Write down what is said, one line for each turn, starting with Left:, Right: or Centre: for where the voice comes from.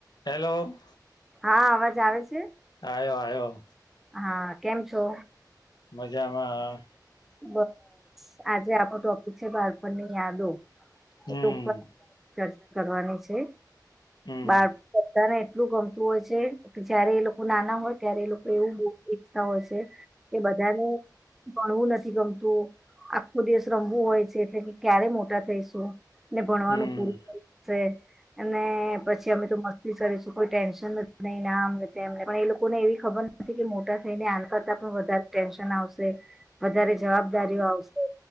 Left: Hello
Centre: હા અવાજ આવે છે.
Left: આયો આયો
Centre: હા કેમ છો?
Left: મજામાં.
Centre: બસ આજે આપો ટોપિક છે, બાળપણની યાદો
Left: હમ
Centre: એ ઉપર ચર્ચા કરવાની છે,
Left: હમ
Centre: બાળકો બધાને- એટલું ગમતું હોય છે, જયારે એ લોકો નાના હોય ત્યારે એ લોકો એવું બહ ઇચ્છતા હોય છે કે બધાને ભણવું નથી. ગમતું આખું દેશ રમવું હોય છે એટલે કે ક્યારે મોટા થઈશું ને ભણવાનું
Left: હમ
Centre: પૂરું થ છે. અને પછી અમે તો મસ્તી કરીશું કોઈ ટેન્શન નથી નઈ ના અ એમને પણ એ લોકો ને એવી ખબર કે મોટા થઈને આન કરતા પણ વધારે ટેન્શન આવશે. વધારે જવાબદારીઓ આવશે,